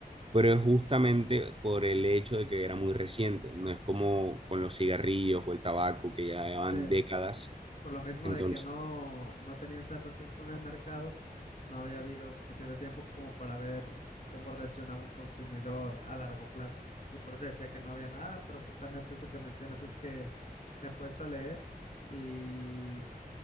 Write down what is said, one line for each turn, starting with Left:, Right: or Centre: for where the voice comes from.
Right: pero es justamente por el hecho de que era muy reciente, no es como con los cigarrillos o el tabaco que ya llevan
Left: sí,
Right: décadas.
Left: por lo mismo
Right: Entonces,
Left: de que no, no tenía tanto tiempo en el mercado, no había habido suficiente tiempo como para ver cómo reaccionaba un consumidor a largo plazo y por eso decía que no había nada, pero justamente eso que mencionas es que me he puesto a leer y...